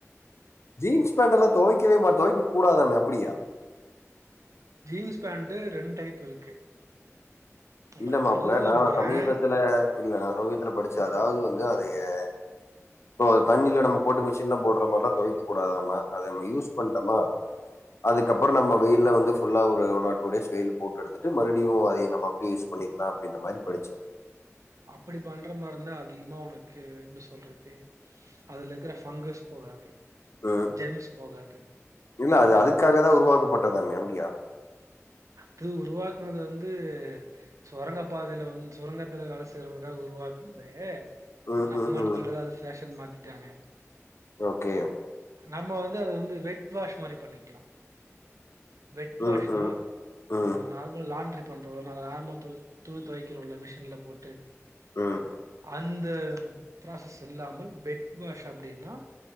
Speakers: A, on the left; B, on the right.
A: ஜீன்ஸ் பேண்டலா தொவைக்கவே மா தொவைக்க கூடாதாமே அப்டியா
B: ஜீன்ஸ் பேண்ட்டு ரெண் டைப் இருக்கு உனக்கு
A: இல்ல மாப்ள
B: நல்ல
A: நா
B: பிராண்ட்
A: சமீபத்துல இல்ல நா சமீபத்துல படிச்சே அதாது வந்து அத ஏ இப்போ தண்ணில நம்ம போட்டு மிஷின்ல போட்ற மாரிலா தொவைக்க கூடாதாமா அத நம்ம யூஸ் பண்ட்டமா அதுக்கப்றோ நம்ம வெயில்ல வந்து ஃபுல்லா ஒரு ஒன் ஆர் டூ டேஸ் வெயில்ல போட்டு எடுத்துட்டு மறுடியு அதே நம்ம யூஸ் பண்ணிக்லா அப்டின்ற மாரி படிச்சே
B: அப்டி பண்ற மார்ருந்தா அதிகமா ஒனக்கு எப்டி சொல்றது அதுல இருக்ற ஃபங்கஸ் போகாது
A: ம்.
B: ஜெம்ஸ் போகாது
A: இல்ல அது அதுக்காக தா உருவாக்கப்பட்டதாமே அப்டியா
B: அது உருவாக்குனது வந்து சொரங்க பாதைல வந் சொரங்கத்துல வேல செய்றவங்களுக்கா உருவாக்னதே
A: ம்
B: நம்ம
A: ம்
B: ஆட்களலாதா
A: ம்
B: அது ஃபேஷன்னு மாத்திட்டாங்க
A: ஓகே
B: நம்ம வந்து அது வந்து வெட் வாஷ் மாரி பண்ணிக்கலா வெட் வாஷ்னா
A: ம் ம் ம்
B: நம்ம நார்மல் லாண்ட்ரி பண்றோல நார்மல் தொவ துணி தொவைக்கிறோல மிஷின்ல போட்டு
A: ம்
B: அந்த ப்ராசஸ் இல்லாமல் வெட் வாஷ் அப்டின்னா